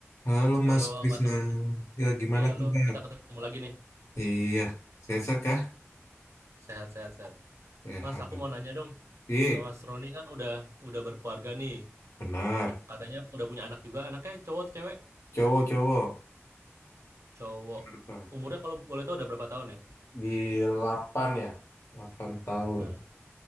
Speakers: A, on the left; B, on the right.
A: Halo
B: Halo
A: Mas Krisna,
B: Mas Roni,
A: ya gimana
B: ya halo,
A: kabar?
B: kita ketemu lagi nih.
A: Iya, sehat-sehat kah?
B: Sehat, sehat, sehat.
A: Sehat.
B: Mas, aku mau nanya dong,
A: Iya,
B: Mas Roni kan udah udah berkeluarga nih,
A: benar.
B: katanya udah punya anak juga, anaknya cowok atau cewek?
A: Cowok-cowok.
B: Cowok.
A: Kenapa?
B: Umurnya kalau boleh tahu udah berapa tahun ya?
A: Di delapan ya? delapan tahun.
B: Lah,